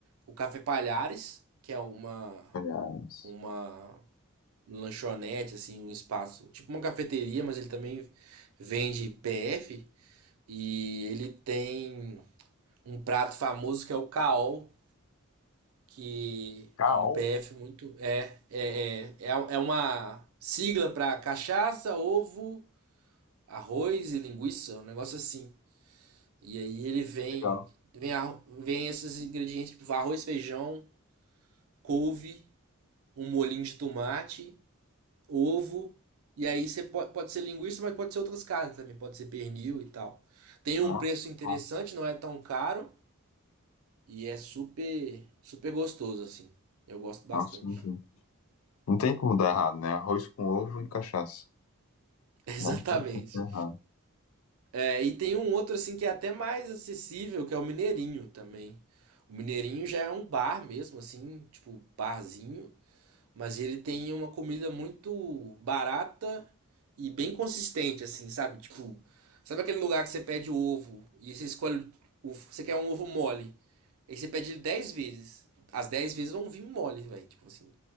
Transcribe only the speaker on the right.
o Café Palhares, que é uma,
uma lanchonete, assim, um espaço, tipo uma cafeteria, mas ele também vende PF e ele tem um prato famoso que é o caol, que
é um PF muito. É, é, é, é é uma sigla para cachaça, ovo, arroz e linguiça, um negócio assim. E aí ele vem,
vem, a- vem esses ingredientes, tipo arroz, feijão, couve, um molhinho de tomate, ovo, e aí você pode, pode ser linguiça, mas pode ser outras carnes também, pode ser pernil e tal. Tem um
preço interessante,
não é tão caro e é super, super gostoso assim. Eu gosto bastante.
<laughs> Exatamente.
É, e tem um outro assim que é até mais acessível, que é o Mineirinho também. O Mineirinho já é um bar mesmo, assim, tipo barzinho. Mas ele tem uma comida muito barata e bem consistente, assim, sabe? Tipo, sabe aquele lugar que você pede o ovo e você escolhe. O, você quer um ovo mole. Aí você pede ele 10 vezes. As 10 vezes vão vir mole, velho. Tipo assim,